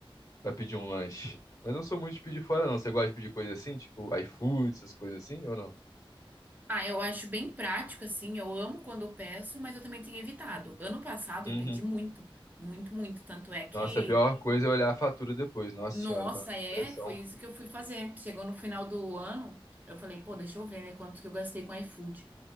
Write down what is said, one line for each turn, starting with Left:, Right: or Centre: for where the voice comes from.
Left: pra pedir um lanche. Mas eu não sou muito de pedir fora, não. Você gosta de pedir coisa assim, tipo iFood, essas coisas assim, ou não?
Right: Ah, eu acho bem prático, assim, eu amo quando eu peço, mas eu também tenho evitado. Ano passado
Left: Uhum.
Right: eu pedi muito, muito, muito, tanto é que
Left: Nossa, a pior coisa é olhar a fatura depois. Nossa
Right: Nossa,
Left: senhora, dá uma
Right: é,
Left: depressão.
Right: foi isso que eu fui fazer. Chegou no final do ano, eu falei, pô, deixa eu ver, né, quanto que eu gastei com iFood.